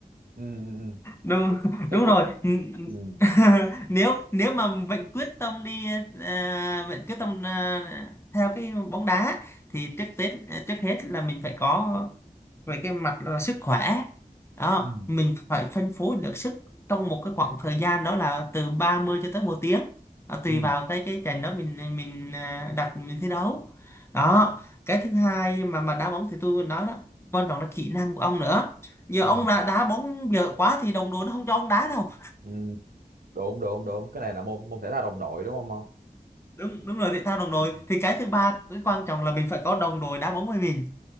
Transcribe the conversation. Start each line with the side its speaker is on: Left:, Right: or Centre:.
Right: ừ, ừ, ừ.
Left: Đúng
Right: Thế
Left: đúng
Right: tức
Left: rồi.
Right: ừ,
Left: <laughs> Nếu nếu mà vẫn quyết tâm đi à, vẫn quyết tâm à, theo cái bóng đá thì trước Tết trước hết là mình phải có về cái mặt là sức khỏe đó
Right: ừ,
Left: mình phải phân phối được sức trong một cái khoảng thời gian đó là từ 30 cho tới một tiếng đó, tùy
Right: ừ,
Left: vào cái cái trận đó mình mình à, đặt mình thi đấu đó cái thứ hai mà mà đá bóng thì tôi nói đó quan trọng là kỹ năng của ông nữa giờ
Right: ừ,
Left: ông đã đá bóng dở quá thì đồng đội nó không cho ông đá đâu
Right: ừ. Đúng, đúng, đúng. Cái này là môn môn thể thao đồng đội đúng không ông?
Left: đúng đúng rồi thể thao đồng
Right: Ừ,
Left: đội thì cái thứ ba cái quan trọng là mình phải có đồng đội đá bóng với mình